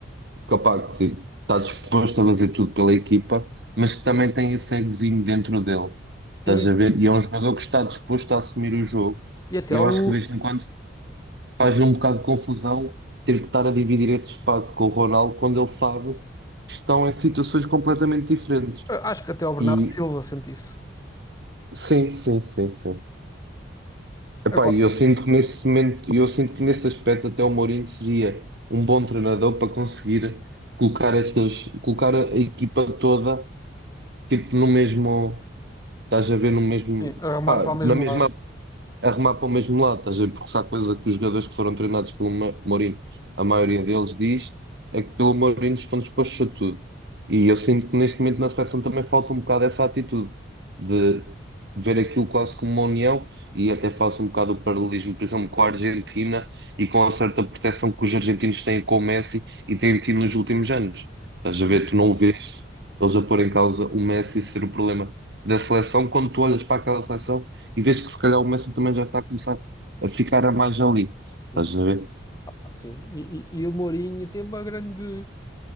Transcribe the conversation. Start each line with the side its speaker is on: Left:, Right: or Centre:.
Right: capaz que está disposto a fazer tudo pela equipa, mas que também tem esse egozinho dentro dele. Estás
Left: Sim,
Right: a ver?
Left: sim.
Right: E é um jogador que está disposto a assumir o jogo.
Left: E até
Right: E eu
Left: o.
Right: acho que de vez em quando faz um bocado de confusão ter que estar a dividir esse espaço com o Ronaldo quando ele sabe que estão em situações completamente diferentes.
Left: Acho que até o Bernardo
Right: E
Left: Silva sente isso.
Right: sim, sim, sim, sim. Epá,
Left: Agora,
Right: e eu sinto que nesse momento, eu sinto que nesse aspecto até o Mourinho seria um bom treinador para conseguir colocar estas, colocar a equipa toda tipo no mesmo, estás a ver no mesmo,
Left: sim, a remar
Right: pá,
Left: para o mesmo
Right: na mesma
Left: lado.
Right: arrumar para o mesmo lado, estás a ver? Porque se há coisa que os jogadores que foram treinados pelo Ma- Mourinho, a maioria deles diz, é que pelo Mourinho estão dispostos a tudo. E eu sinto que neste momento na seleção também falta um bocado essa atitude de ver aquilo quase como uma união e até faço um bocado o paralelismo, por exemplo, com a Argentina e com a certa proteção que os argentinos têm com o Messi e têm tido nos últimos anos. Estás a
Left: Sim.
Right: ver? Tu não vês eles a pôr em causa o Messi ser o problema da seleção quando tu olhas para aquela seleção. E vês que se calhar o Messi também já está a começar a ficar a mais ali. Estás
Left: Sim.
Right: a ver?
Left: Ah, sim. E, e- e o Mourinho tem uma grande,